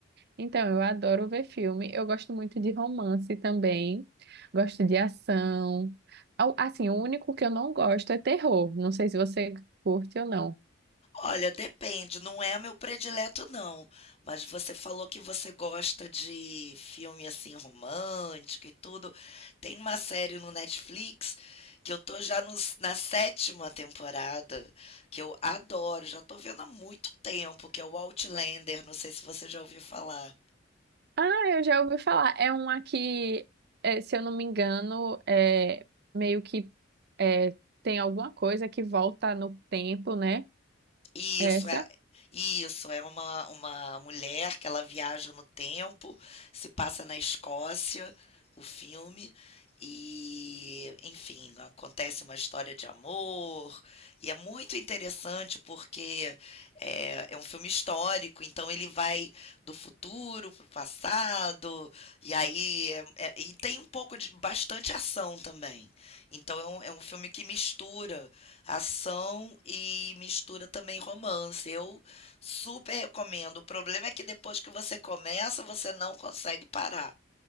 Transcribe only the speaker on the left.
Olha, depende, não é meu predileto não, mas você falou que você gosta de filme assim romântico e tudo. Tem uma série no Netflix que eu tô já nos- na sétima temporada, que eu adoro, já tô vendo há muito tempo, que é o Outlander, não sei se você já ouviu falar.
Isso
é isso é uma uma mulher que ela viaja no tempo, se passa na Escócia, o filme e, enfim, acontece uma história de amor, e é muito interessante porque é, é um filme histórico, então ele vai do futuro para o passado, e aí é- é- e tem um pouco de bastante ação também. Então é um, é um filme que mistura Ação e mistura também romance. Eu super recomendo. O problema é que depois que você começa, você não consegue parar.